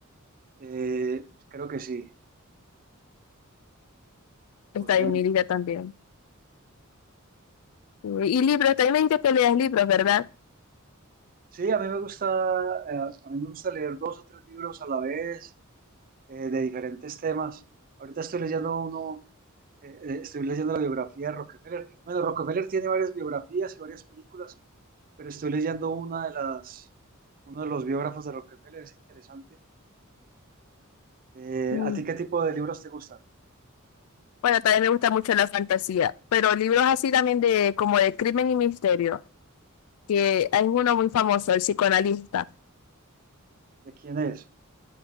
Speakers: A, on the right; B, on the left.
A: Eh, pues creo que sí,
B: Está
A: posiblemente.
B: en mi lista también. Eh, Y libros, también me dijiste que leas libros, ¿verdad?
A: Sí, a mí me gusta, eh, a mí me gusta leer dos o tres libros a la vez eh, de diferentes temas. Ahorita estoy leyendo uno, eh, eh, estoy leyendo la biografía de Rockefeller. Bueno, Rockefeller tiene varias biografías y varias películas Pero estoy leyendo una de las, uno de los biógrafos de Rockefeller, es interesante. Eh,
B: Mm,
A: ¿a ti qué tipo de libros te gustan?
B: Bueno, también me gusta mucho la fantasía, pero libros así también de como de crimen y misterio, que hay uno muy famoso, el psicoanalista.
A: ¿De quién es?